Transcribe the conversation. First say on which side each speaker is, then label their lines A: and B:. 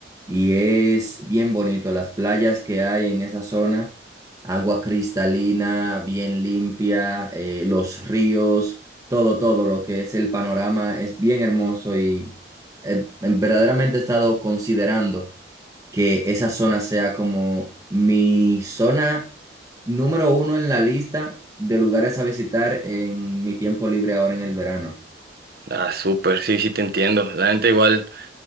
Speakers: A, on the right; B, on the right.
A: y es bien bonito. Las playas que hay en esa zona, agua cristalina, bien limpia, eh, los ríos, todo, todo lo que es el panorama es bien hermoso y eh, verdaderamente he estado considerando que esa zona sea como mi zona número uno en la lista de lugares a visitar en mi tiempo libre ahora en el verano.
B: Ah, súper, sí, sí te entiendo. La gente igual